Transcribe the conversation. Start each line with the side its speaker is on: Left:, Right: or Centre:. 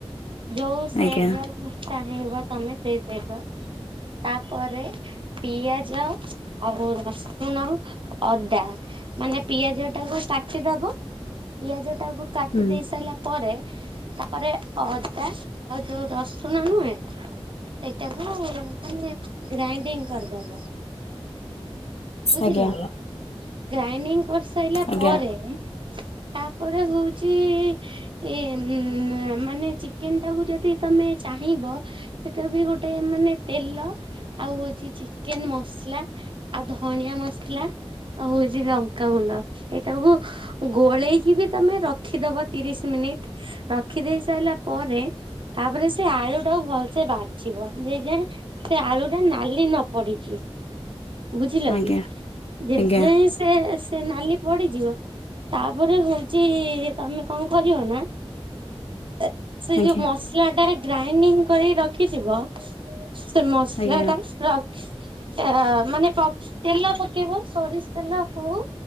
Right: ଯୋଉ ସେବ୍ର
Left: ଆଜ୍ଞା
Right: ଚାହିଁବ ତମେ ସେଇ ସେବ୍ର ତା ପରେ ପିଆଜ ଆଉ ରସୁଣ ଅଦା ମାନେ ପିଆଜ ଟାକୁ କା କାଟି ଦବ ପିଆଜ ଟାକୁ କାଟି
Left: ହୁଁ
Right: ଦେଇ ସାରିଲା ପରେ ତାପରେ ଅଦା ଆଉ ଯୋଉ ରସୁଣ ନୁହେଁ ସେଟାକୁ ମାନେ ଗ୍ରାଇଡିଙ୍ଗ କର୍ ଦବ। ବୁଝିଲା?
Left: ଆଜ୍ଞା
Right: ଗ୍ରାଇଡିଙ୍ଗ୍ କରିସାଇଲା
Left: ଆଜ୍ଞା
Right: ପରେ ଉଁ, ତାପରେ ହୋଉଚି ଇଏ ମ୍-ମାନେ ଚିକେନ ଟାକୁ ଯଦି ତମେ ଚାହିଁବ। ଏଟା ବି ଗୋଟେ ମାନେ ତେଲ ଆଉ ହୋଉଛି ଚିକେନ ମସ୍ଲା। ଆଉ ଧନିଆ ମସ୍ଲା ଆଉ ହୋଉଛି ଲଙ୍କାଗୁଣ୍ଡ ଏଇଟା କୁ ଗୋଳେଇକି ବି ତମେ ରଖିଦବ ତିରିଶ୍ ମିନିଟ୍ ରଖିଦେଇ ସାଇଲା ପରେ ତାପରେ ସେ ଆଳୁ ଟାକୁ ଭଲ୍ ସେ ଭାଯିବ ନିଜେରେ ସେ ଆଳୁ ଟା ନାଲି ନ ପଡ଼ିଚି। ବୁଝିଲ
Left: ଆଜ୍ଞା
Right: କି ଯେ
Left: ଆଜ୍ଞା
Right: ଯେମିତି ସେ ସେ ନାଲି ପଡିଯିବ। ତାପରେ ହୋଉଚି ତମେ କଁ କରିବ ନା ଏଁ ସେଇ
Left: ଆଜ୍ଞା
Right: ଯୋଉ ମସ୍ ମସ୍ଲା ଟାରେ ଗ୍ରାଇଣ୍ଡିଙ୍ଗ କରିକି ରଖିଥିବ ସେ ମସ୍ଲା
Left: ଆଜ୍ଞା ଆଜ୍ଞା
Right: ଟା ରକ୍ସ ଏ -ଅ-ମାନେ ପ ତେଲ ପକେଇବ ସୋରିଷ୍ ତେଲ ହୋଉ।